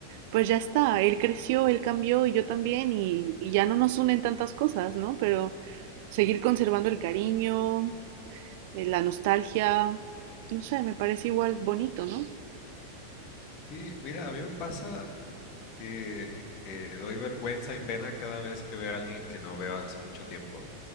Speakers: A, on the right; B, on the left.
A: pues ya está, él creció, él cambió y yo también y, y ya no nos unen tantas cosas, ¿no? Pero seguir conservando el cariño, eh, la nostalgia, no sé, me parece igual bonito, ¿no?
B: Y mira, a mí me pasa que, que doy vergüenza y pena cada vez que veo a alguien que no veo hace mucho tiempo.